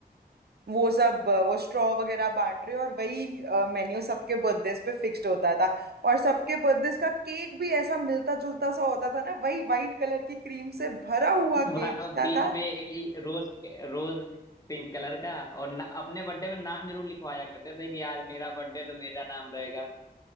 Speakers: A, on the right (about 75°); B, on the left (about 20°).
A: वो सब अ, वो स्ट्रॉ वगैरह बांट रहे हो, और वही मेन्यू सबके बर्थडेज पे फिक्स्ड होता था और सबके बर्थडेज का केक भी ऐसा मिलता जुलता सा होता था ना वही वाइट कलर की क्रीम से भरा हुआ
B: <laughs>
A: केक
B: भाई वो
A: होता
B: बीच
A: था
B: में ये रोज रोज पिंक कलर का और ना, अपने बर्थडे में नाम जरूर लिखवाया करते थे कि आज मेरा बर्थडे तो मेरा नाम रहेगा